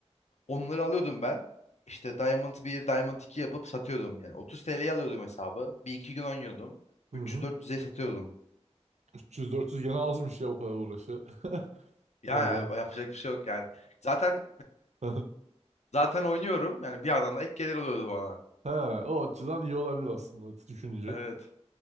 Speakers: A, on the left; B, on the right.
A: Onları alıyordum ben. İşte Diamond bir Diamond 2 yapıp satıyordum. Yani 30 TL'ye alıyordum hesabı. Bir iki gün oynuyordum.
B: Hı
A: 300-400'e
B: hı.
A: satıyordum.
B: 300-400 gene azmış ya o kadar uğraşı. <laughs>
A: Yani
B: Valla.
A: yapacak bir şey yok yani. Zaten
B: <laughs>
A: <laughs> zaten oynuyorum. Yani bir yandan da ek gelir oluyordu bana.
B: Ha, o açıdan iyi olabilir aslında düşününce.
A: Evet.